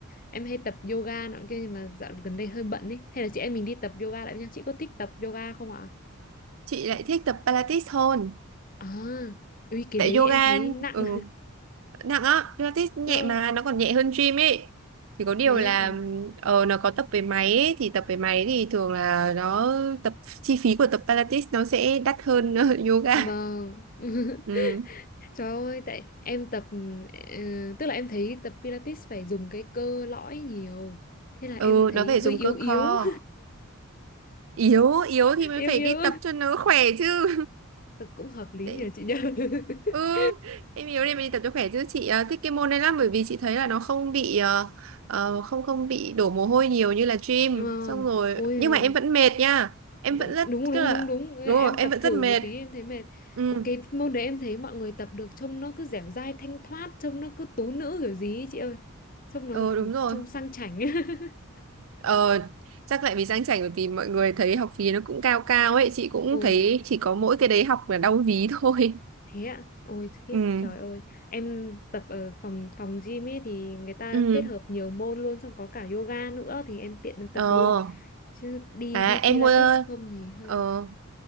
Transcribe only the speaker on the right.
chị lại thích tập Pilates hơn
tại
yoga
ừ nặng á Pilates nhẹ
mà nó còn nhẹ hơn gym ấy chỉ có điều
là
ờ nó có tập với máy ấy, thì tập với máy thì thường là nó tập chi phí của tập Pilates nó sẽ đắt hơn <laughs> yoga
ừ
ừ
nó phải
dùng
cơ
core yếu yếu thì
mới
phải
đi tập cho nó khỏe chứ
Để...
Ừ, em yếu đi mình đi tập cho khỏe chứ chị ờ, thích cái môn này lắm bởi vì chị thấy là nó không bị ờ, ờ, không không bị đổ mồ hôi nhiều như là gym
xong rồi
nhưng mà em vẫn mệt nha em
vẫn rất
tức là
đúng rồi em
vẫn
rất mệt
ừ
ừ đúng
rồi
ờ chắc lại vì sang chảnh bởi vì mọi người thấy học phí nó cũng cao cao ấy chị cũng
thấy chỉ có mỗi cái đấy học là đau ví thôi
<laughs> ừ
ừ
ờ
à
em
mua
ờ